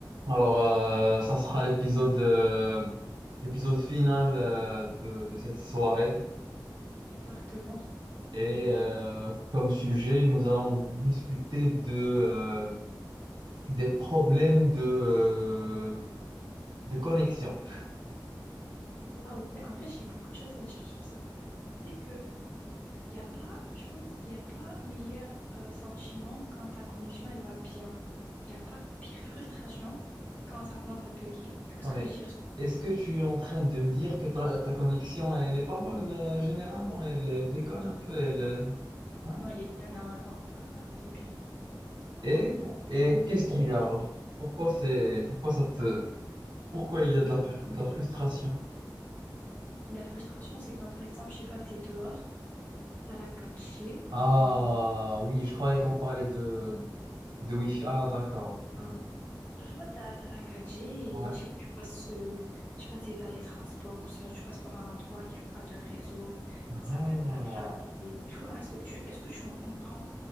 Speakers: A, on the right; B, on the left.
A: Alors, euh, ça sera l'épisode euh, l'épisode final euh, de, de cette soirée.
B: Exactement.
A: Et
B: Là,
A: euh, comme sujet, nous allons discuter de, euh, des problèmes de, euh, de connexion.
B: waouh. Mais en vrai, j'ai beaucoup de choses à dire sur ça. C'est que y a pas, je pense, il n'y a pas meilleur euh, sentiment quand ta connexion elle va bien. Il n'y a pas pire frustration quand ça commence à bugger. Tu vois
A: Non
B: ce que
A: mais,
B: je veux dire?
A: est-ce que tu es en train de me dire que ta, ta connexion, elle est pas bonne euh, généralement? Elle, elle déconne un peu, elle... euh, hein
B: Non, elle est bien normalement. Non, non, non, elle est bien. Pourquoi?
A: Et, pour- et qu'est-ce qu'il y a alors? Pourquoi c'est, pourquoi ça te, pourquoi il y a de la, fru- de la frustration?
B: La frustration, c'est quand par exemple, je sais pas, t'es dehors, t'as la quatre g
A: Ah
B: Non.
A: oui, je croyais qu'on parlait de, de Wi-Fi. Ah d'accord. Hmm.
B: Je sais pas, t'as, t'as la 4G
A: Ouais.
B: et je sais pas, tu passes, euh, je sais pas, t'es dans les transports ou sinon tu passes par un endroit, il n'y a pas de réseau,
A: Ah.
B: ça va être pas chargé. Tu vois, est-ce que tu, est-ce que tu me comprends?